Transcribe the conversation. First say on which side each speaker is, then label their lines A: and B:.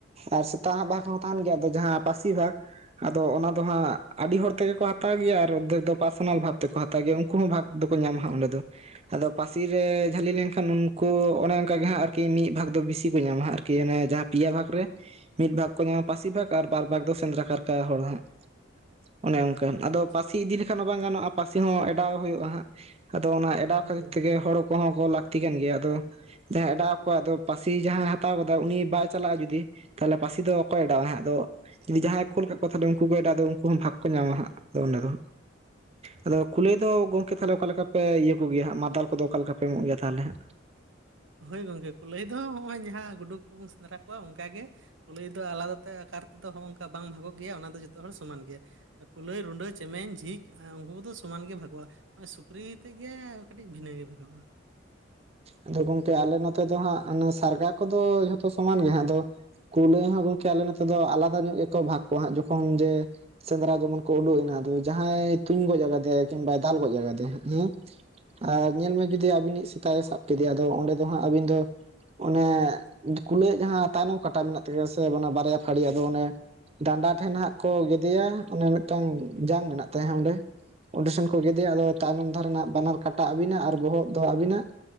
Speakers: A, on the right (about 30°); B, on the right (about 70°).
A: ᱟᱨ ᱥᱮᱛᱟᱣᱟᱜ ᱵᱷᱟᱠ ᱦᱚᱸ ᱛᱟᱦᱮᱱ ᱜᱮᱭᱟ ᱟᱫᱚ ᱡᱟᱦᱟᱸ ᱯᱟᱹᱥᱤ ᱵᱷᱟᱠ ᱟᱫᱚ ᱚᱱᱟ ᱫᱚ ᱦᱟᱸᱜ ᱟᱰᱤ ᱦᱚᱲ ᱛᱮᱜᱮ ᱠᱚ ᱦᱟᱛᱟᱣ ᱜᱮᱭᱟ ᱟᱨ ᱚᱫᱷᱮᱠ ᱫᱚ ᱯᱟᱨᱥᱚᱱᱟᱞ ᱵᱷᱟᱵ ᱛᱮᱠᱚ ᱦᱟᱛᱟᱣ ᱛᱟᱜᱮ ᱩᱝᱠᱩ ᱦᱚᱸ ᱵᱷᱟᱠ ᱫᱚ ᱠᱚ ᱧᱟᱢᱟ ᱦᱟᱸᱜ ᱚᱸᱰᱮ ᱫᱚ ᱟᱫᱚ ᱯᱟᱹᱥᱤ ᱨᱮ ᱡᱷᱟᱹᱞᱤ ᱞᱮᱱᱠᱷᱟᱱ ᱩᱱᱠᱩ ᱚᱱᱮ ᱚᱝᱠᱟᱜᱮ ᱦᱟᱸᱜ ᱟᱨ ᱠᱤ ᱢᱤᱫ ᱵᱷᱟᱠ ᱫᱚ ᱵᱤᱥᱤ ᱠᱚ ᱧᱟᱢᱟ ᱦᱟᱸᱜ ᱟᱨ ᱠᱤ ᱚᱱᱮ ᱡᱟᱦᱟᱸ ᱯᱤᱭᱟ ᱵᱷᱟᱠ ᱨᱮ ᱢᱤᱫ ᱵᱷᱟᱠ ᱠᱚ ᱧᱟᱢᱟ ᱯᱟᱹᱥᱤ ᱵᱷᱟᱠ ᱟᱨ ᱵᱟᱨ ᱵᱷᱟᱠ ᱫᱚ ᱥᱮᱸᱫᱨᱟ ᱠᱟᱨᱠᱟ ᱦᱚᱲ ᱦᱟᱸᱜ ᱚᱱᱮ ᱚᱱᱠᱟ
B: ᱟᱪᱪᱷᱟ
A: ᱟᱫᱚ
B: ᱟᱪᱪᱷᱟ
A: ᱯᱟᱹᱥᱤ ᱤᱫᱤ ᱞᱮᱠᱷᱟᱱ ᱦᱚᱸ ᱵᱟᱝ ᱜᱟᱱᱚᱜᱼᱟ ᱯᱟᱹᱥᱤ ᱦᱚᱸ ᱮᱰᱟᱣ ᱦᱳᱭᱳᱜᱼᱟ ᱦᱟᱸᱜ ᱟᱫᱚ ᱚᱱᱟ ᱮᱰᱟᱣ
B: ᱦᱳᱭ
A: ᱠᱷᱟᱹᱛᱤᱨ ᱛᱮ ᱜᱮ ᱦᱚᱲ ᱠᱚᱦᱚᱸ ᱠᱚ ᱞᱟᱹᱠᱛᱤ ᱠᱟᱱ ᱜᱮᱭᱟ ᱟᱫᱚ ᱡᱟᱦᱟᱸᱭ ᱮᱰᱟᱣ ᱠᱚᱣᱟ ᱟᱫᱚ ᱯᱟᱹᱥᱤ ᱡᱟᱦᱟᱸᱭ ᱦᱟᱛᱟᱣ ᱠᱟᱫᱟ ᱩᱱᱤ ᱵᱟᱭ ᱪᱟᱞᱟᱜᱼᱟ ᱡᱩᱫᱤ ᱛᱟᱞᱦᱮ ᱯᱟᱹᱥᱤ ᱫᱚ ᱚᱠᱚᱭ ᱮᱰᱟᱣᱟ ᱦᱟᱸᱜ ᱟᱫᱚ ᱡᱩᱫᱤ ᱡᱟᱦᱟᱸᱭ ᱠᱳᱞ ᱠᱟᱫ ᱠᱚᱣᱟᱭ ᱛᱟᱞᱦᱮ ᱩᱝᱠᱩ ᱠᱚ ᱮᱰᱟᱣ ᱫᱚ ᱩᱝᱠᱩ ᱦᱚᱸ ᱵᱷᱟᱠ ᱠᱚ ᱧᱟᱢᱟ ᱦᱟᱸᱜ ᱟᱫᱚ ᱚᱸᱰᱮ ᱫᱚ
B: <unintelligible>
A: ᱟᱫᱚ ᱠᱩᱞᱟᱹᱭ ᱫᱚ ᱜᱚᱝᱠᱮ ᱛᱟᱞᱦᱮ ᱚᱠᱟ ᱞᱮᱠᱟ ᱯᱮ ᱤᱭᱟᱹ ᱠᱚᱜᱮᱭᱟ ᱦᱟᱸᱜ ᱢᱟᱫᱟᱞ ᱠᱚ ᱫᱚ ᱚᱠᱟ ᱞᱮᱠᱟ ᱯᱮ ᱮᱢᱚᱜ ᱜᱮᱭᱟ ᱛᱟᱞᱦᱮ ᱦᱟᱸᱜ
B: ᱦᱳᱭ ᱜᱚᱝᱠᱮ ᱠᱩᱞᱟᱹᱭ ᱫᱚ ᱦᱚᱜᱚᱭ ᱡᱟᱦᱟᱸ ᱜᱩᱰᱩᱠ ᱠᱚᱵᱚᱱ ᱥᱮᱸᱫᱽᱨᱟ ᱠᱚᱣᱟ ᱚᱝᱠᱟᱜᱮ᱾ ᱠᱩᱞᱟᱹᱭ ᱫᱚ ᱟᱞᱟᱫᱟ ᱛᱮ ᱟᱠᱟᱨ ᱛᱮᱫᱚ ᱦᱚᱜᱚᱝᱠᱟ ᱵᱟᱝ ᱵᱷᱟᱠᱚᱜ ᱜᱮᱭᱟ ᱚᱱᱟ ᱫᱚ ᱡᱚᱛᱚ ᱦᱚᱲ ᱥᱚᱢᱟᱱ ᱜᱮᱭᱟ᱾ ᱠᱩᱞᱟᱹᱭ ᱨᱩᱰᱟᱹ ᱪᱮᱢᱮᱧ ᱡᱷᱤᱠ ᱩᱱᱠᱩ ᱠᱚᱫᱚ ᱥᱚᱢᱟᱱ ᱜᱮ ᱵᱷᱟᱜᱚᱜᱼᱟ᱾ ᱦᱚᱜᱚᱭ ᱥᱩᱠᱨᱤ ᱛᱮᱫ ᱜᱮ ᱠᱟᱹᱴᱤᱡ ᱵᱷᱤᱱᱟᱹ ᱜᱮ ᱵᱷᱟᱠᱚᱜᱼᱟ᱾
A: ᱟᱫᱚ ᱜᱚᱝᱠᱮ ᱟᱞᱮ ᱱᱚᱛᱮ ᱫᱚ ᱦᱟᱸᱜ ᱥᱟᱨᱜᱟ ᱠᱚᱫᱚ ᱥᱚᱢᱟᱱ ᱜᱮ ᱦᱟᱸᱜ ᱟᱫᱚ ᱠᱩᱞᱟᱹᱭ ᱦᱚᱸ ᱜᱚᱝᱠᱮ ᱟᱞᱮ ᱱᱚᱛᱮ ᱫᱚ ᱟᱞᱟᱫᱟ ᱧᱚᱜ ᱜᱮᱠᱚ ᱵᱷᱟᱜᱽ ᱠᱚᱣᱟ ᱦᱟᱸᱜ ᱡᱚᱠᱷᱚᱱ ᱡᱮ ᱥᱮᱸᱫᱽᱨᱟ ᱡᱮᱢᱚᱱ ᱠᱚ ᱩᱰᱩᱠ ᱮᱱᱟ ᱟᱫᱚ ᱡᱟᱦᱟᱸᱭ ᱛᱩᱧ ᱜᱚᱡ ᱟᱠᱟᱫᱮᱭᱟ ᱠᱤᱢᱵᱟ ᱫᱟᱞ ᱜᱚᱡ ᱟᱠᱟᱫᱮᱭᱟ ᱦᱮᱸ ᱟᱨ ᱧᱮᱞ ᱢᱮ ᱡᱩᱫᱤ ᱟᱵᱤᱱᱤᱡ ᱥᱮᱛᱟᱜ ᱥᱟᱵ ᱠᱮᱫᱮᱭᱟ ᱟᱫᱚ ᱚᱸᱰᱮ ᱫᱚ ᱦᱟᱸᱜ ᱟᱹᱵᱤᱱ ᱫᱚ ᱚᱱᱮ ᱠᱩᱞᱟᱹᱭ ᱡᱟᱦᱟᱸ ᱛᱟᱭᱱᱚᱢ ᱠᱟᱴᱟ ᱢᱮᱱᱟᱜ ᱛᱟᱭᱟ ᱥᱮ ᱵᱟᱨᱭᱟ ᱯᱟᱹᱲᱤ ᱦᱟᱜ ᱫᱚ ᱚᱱᱮ ᱰᱟᱸᱰᱟ ᱴᱷᱮᱱ ᱦᱟᱸᱜ ᱠᱚ ᱜᱮᱫᱭᱟ ᱚᱱᱮ ᱢᱤᱫᱴᱟᱝ ᱡᱟᱝ ᱢᱮᱱᱟᱜ ᱛᱟᱭ ᱚᱸᱰᱮ᱾ ᱚᱸᱰᱮ ᱥᱮᱱ ᱠᱚ ᱜᱮᱫᱮᱭᱟ ᱟᱫᱚ ᱛᱟᱭᱱᱚᱢ ᱫᱷᱟᱨᱮ ᱨᱮᱱᱟᱜ ᱵᱟᱱᱟᱨ ᱠᱟᱴᱟ ᱟᱵᱤᱱᱟ ᱟᱨ ᱵᱚᱦᱚᱜ ᱫᱚ ᱟᱵᱤᱱᱟᱜ᱾